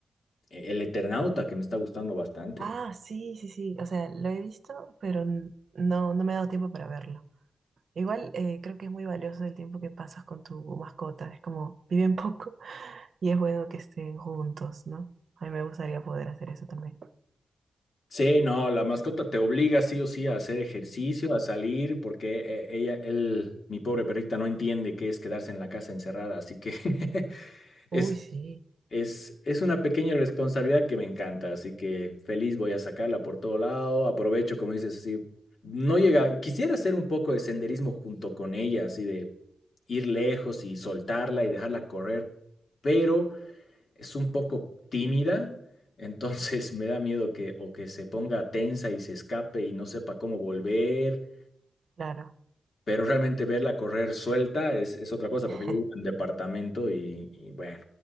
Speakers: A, on the left (about 65°); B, on the right (about 65°).
A: El Eternauta, que me está gustando bastante.
B: Ah, sí, sí, sí. O sea, lo he visto, pero n- no, no me he dado tiempo para verlo. Igual eh, creo que es muy valioso el tiempo que pasas con tu mascota. Es como viven poco <laughs> y es bueno que estén juntos, ¿no? A mí me gustaría poder hacer eso también.
A: Sí, no, la mascota te obliga sí o sí a hacer ejercicio, a salir, porque eh, ella, él, mi pobre perrita, no entiende qué es quedarse en la casa encerrada, así que <laughs> es,
B: Uy, sí,
A: es, es una pequeña responsabilidad que me encanta, así que feliz voy a sacarla por todo lado, aprovecho, como dices, así, no llega, quisiera hacer un poco de senderismo junto con ella, así de ir lejos y soltarla y dejarla correr, pero es un poco tímida, entonces <laughs> me da miedo que o que se ponga tensa y se escape y no sepa cómo volver,
B: claro.
A: pero realmente verla correr suelta es, es otra cosa,
B: <laughs>
A: porque yo vivo en departamento y, y bueno,